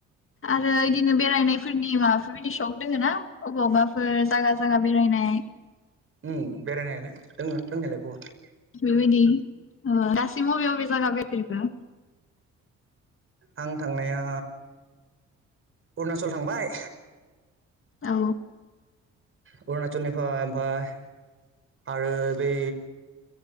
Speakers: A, on the left; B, on the right.
A: आरो इदिनो बेरायनायफोरनि माबाफोरबायदि सक दोङोना अबावबाफोर जागा जागा बेरायनाय?
B: उम बेरायनायालाय दोङो दोंनायलाय बहुद।
A: बेबायदि ओ दासिम बबे बबे जागा बेफेरखो?
B: आं थांनाया अरुणाचल थांबाय।
A: औ
B: अरुणाचलनिफ्राय ओमफाय आरो बै